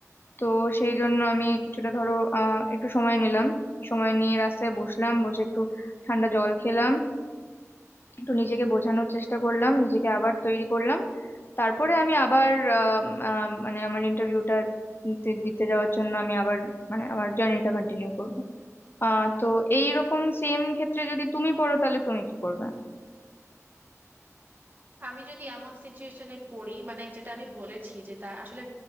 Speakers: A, on the left; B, on the right.
A: তো সেই জন্য আমি কিছুটা ধরো আহ একটু সময় নিলাম সময় নিয়ে রাস্তায় বসলাম বসে একটু ঠান্ডা জল খেলাম একটু নিজেকে বোঝানোর চেষ্টা করলাম নিজেকে আবার তৈরি করলাম তারপরে আমি আবার আহ, আহ, মানে আমার ইন্টারভিউটা দিতে দিতে যাওয়ার জন্য আমি আবার মানে আমার জার্নিটা কন্টিনিউ করব আহ তো এইরকম সেম ক্ষেত্রে যদি তুমি পড়ো তাহলে তুমি কি করবে
B: আমি যদি এমন সিচুয়েশনে পড়ি মানে যেটা আমি বলেছি যে তার আসলে